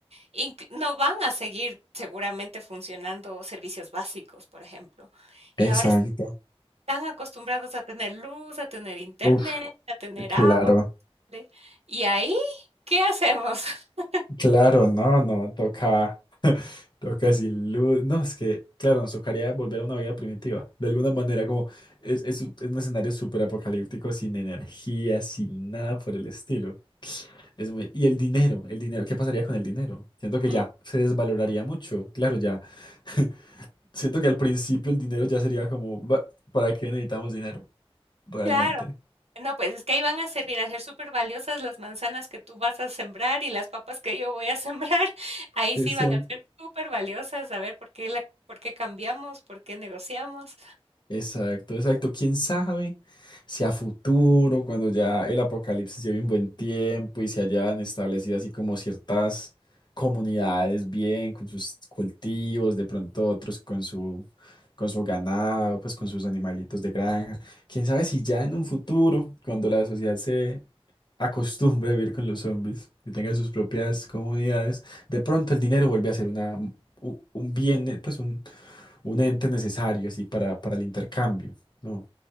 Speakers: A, on the right (about 85°); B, on the left (about 45°).
A: inc no van a seguir seguramente funcionando servicios básicos, por ejemplo.
B: Exacto.
A: Y ahora están acostumbrados a tener luz, a tener internet,
B: Uf,
A: a tener
B: claro.
A: agua potable, y ahí, ¿qué hacemos? <laughs>
B: Claro, no, no, toca, <laughs> toca sin luz. No, es que, claro, nos tocaría volver a una vida primitiva. De alguna manera, como es, es un, es un escenario súper apocalíptico, sin energía, sin nada por el estilo. Es muy... Y el dinero, el dinero, ¿qué pasaría con el dinero? Siento que
A: Mm,
B: ya se desvaloraría mucho. Claro, ya. <laughs> Siento que al principio el dinero ya sería como, "Bah, ¿para qué necesitamos dinero? Realmente.
A: claro. No, pues es que ahí van a servir a ser súper valiosas las manzanas que tú vas a sembrar y las papas que yo voy a sembrar. <laughs> Ahí
B: Exacto.
A: sí van a ser súper valiosas, a ver por qué la, por qué cambiamos, por qué negociamos.
B: Exacto, exacto. ¿Quién sabe si a futuro, cuando ya el apocalipsis lleve un buen tiempo y se hayan establecido así como ciertas comunidades bien con sus cultivos, de pronto otros con su con su ganado, pues con sus animalitos de granja. ¿Quién sabe si ya en un futuro, cuando la sociedad se acostumbre a vivir con los zombies y tenga sus propias comunidades, de pronto el dinero vuelve a ser una un un bien, pues un ente necesario así para, para el intercambio, ¿no?